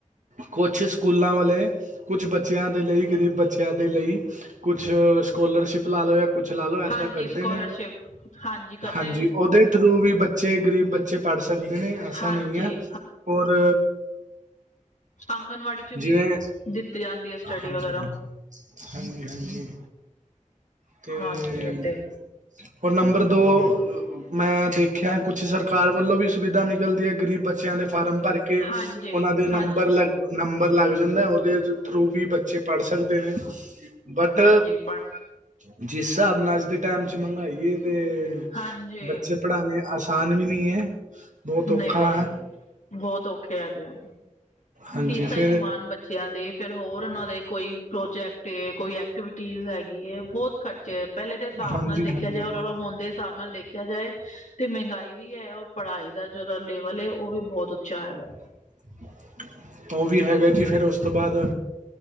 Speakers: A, on the right (about 70°); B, on the left (about 70°).
A: ਕੁਛ ਸਕੂਲਾਂ ਵਾਲੇ, ਕੁਛ ਬੱਚਿਆਂ ਦੇ ਲਈ ਗਰੀਬ ਬੱਚਿਆਂ ਦੇ ਲਈ ਕੁਛ ਸਕੋਲਰਸ਼ਿਪ ਲਾਲੋ ਕੁਛ ਲਾ- ਲੋ ਏਦਾਂ
B: ਹਾਂਜੀ
A: ਕੱਢਦੇ
B: ਸਕੋਲਰਸ਼ਿਪ
A: ਨੇ,
B: ਕਰਦੇ
A: ਹਾਂਜੀ
B: ਹੈ
A: ਉਹਦੇ ਥਰੂ ਵੀ ਬੱ ਗ਼ਰੀਬ ਬੱਚੇ ਪੜ੍ਹ ਸਕਦੇ ਨੇ, ਐਸਾ
B: ਹਾਂਜੀ
A: ਨਹੀਂ ਐ ਔਰ
B: ਆਂਗਨਵਾੜੀ 'ਚ
A: ਜਿਵੇਂ
B: ਵੀ, ਦਿੱਤੀ ਜਾਂਦੀ ਹੈ ਸਟੱਡੀ
A: ਹਾਂਜੀ
B: ਵਗੈਰਾ।
A: ਹਾਂਜੀ- ਹਾਂਜੀ ਤੇ
B: ਹਾਂਜੀ ਅਤੇ
A: ਔਰ ਨੰਬਰ ਦੋ ਮੈਂ- ਦੇ ਖੈਰ ਕੁਛ ਸਰਕਾਰ ਵੱਲੋਂ ਵੀ ਸੁਵਿਧਾ ਨਿਕਲਦੀ ਹੈ ਗਰੀਬ ਬੱਚਿਆਂ ਦੇ ਫਾਰਮ ਭਰ ਕੇ ਕੇ
B: ਹਾਂਜੀ
A: ਉਹਨਾਂ ਦੇ ਨੰਬਰ
B: ਹਾਂਜੀ
A: ਲੱਗ, ਨੰਬਰ ਲੱਗ ਜਾਂਦਾ ਉਹਦੇ ਥਰੂ ਵੀ ਬੱਚੇ ਪੜ੍ਹ ਸਕਦੇ ਨੇ, ਬਟ
B: ਹਾਂਜੀ ਪੜ੍ਹ
A: ਜਿਸ ਹਿਸਾਬ ਨਾਲ ਅੱਜ ਦੇ ਟਾਈਮ 'ਚ ਮਹਿੰਗਾਈ ਤੇ
B: ਹਾਂਜੀ
A: ਬੱਚੇ ਪੜ੍ਹਾਉਣੇ ਆਸਾਨ ਵੀ ਨਹੀਂ ਹੈ, ਬਹੁਤ ਔਖਾ
B: ਨਹੀਂ ਨਹੀਂ
A: ਹੈ।
B: ਬਹੁਤ ਔਖੇ ਹੈਗੇ ਆ
A: ਹਾਂਜੀ
B: ਫੀਸਾਂ
A: ਫਿਰ
B: ਹੀ ਨੀ ਮਾਨ ਬੱ ਬੱਚਿਆਂ ਦੇ, ਫਿਰ ਹੋਰ ਉਹਨਾਂ ਦੇ ਕੋਈ ਪ੍ਰੋਜੈਕਟ ਏ, ਕੋਈ ਐਕਟੀਵਿਟੀ ਹੈਗੀ ਏ ਬਹੁਤ ਖਰ 'ਚ ਪਹਿਲੇ ਦੇ ਹਿਸਾਬ
A: ਹਾਂਜੀ
B: ਨਾਲ ਦੇਖਿਆ
A: ਹਾਂਜੀ
B: ਜਾਏ ਔਰ- ਔਰ ਹੋਂਦੇ ਹਿਸਾਬ ਨਾਲ ਦੇਖਿਆ ਜਾਏ ਤੇ ਮਹਿੰਗਾਈ ਵੀ ਹੈ ਔਰ ਪੜ੍ਹਾਈ ਦਾ ਜਿਹੜਾ ਲੇਵਲ ਹੇ, ਉਹ ਵੀ ਬਹੁਤ ਉੱਚਾ ਹੈਗਾ ਐ।
A: <inaudible> <inaudible> ਉਹ ਵੀ ਹੈਗਾ ਜੀ ਫਿਰ ਉਸ ਤੋਂ ਬਾਅਦ